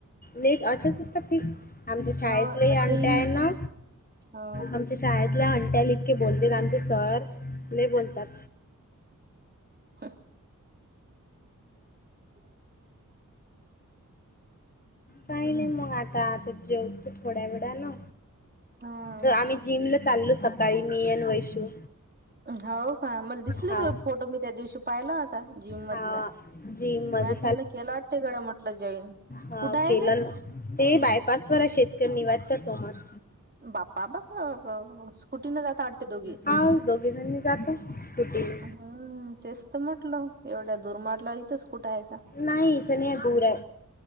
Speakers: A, on the left (about 30°); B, on the right (about 30°).
A: नेक अशाच असतात, ती आमच्या शाळेतलेही
B: हो
A: आंट्या
B: जैन
A: आहे ना,
B: हो
A: आमच्या शाळेतल्या अंट्या लिके इतकं बोलतेत, आमचे सर लय बोलतात.
B: हं <inaudible>
A: काही नाही, मग आता जेवतो थोड्या वेडानं
B: हा
A: तर आम्ही जिमला चाललो, सकाळी मी आणि वैशू
B: हो का? मला दिसले,
A: हा
B: तुझे फोटो मी त्या दिवशी पाहिला होता, जीम
A: हा
B: मधला
A: जिम मध्ये
B: मॅतिकन केला वाटत म्हटलं जॉईन.
A: हां,
B: कुठं आहे
A: केलं
B: ते
A: ना. ते बायपासवर आहे, शेतकरी निवासच्या समोर.
B: बाप्पा बाप्पा बाप्पा स्कुटीने जाता वाटते दोघी
A: हा, दोघी जणी जातो स्कुटीवर.
B: हं, तेच तर म्हटलं. एवढ्या दुरमाटला इथच कुठं आहे का?
A: नाही, इथे नाही, दूर आहे.